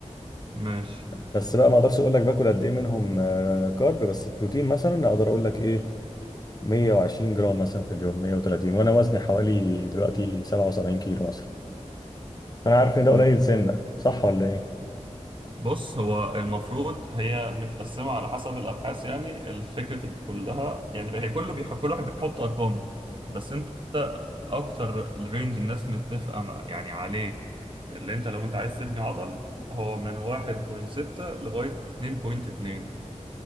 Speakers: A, on the right (about 40°); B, on the left (about 30°).
A: ماشي
B: بس بقى ما اقدرش اقول لك باكل قد ايه منهم آه، كارب بس بروتين مثلا اقدر اقول لك ايه 120 جرام مثلا في اليوم 130 وانا وزني حوالي دلوقتي 77 كيلو مثلا فانا عارف ان
A: م-
B: ده قليل سنه صح ولا ايه؟
A: بص هو المفروض هي متقسمة على حسب الأبحاث يعني الفكرة كلها يعني هي كله بيح... كل واحد بيحط أرقامه بس أنت أكتر الرينج الناس متفقة مع- يعني عليه اللي أنت لو أنت عايز تبني عضل هو من 1.6 لغاية 2.2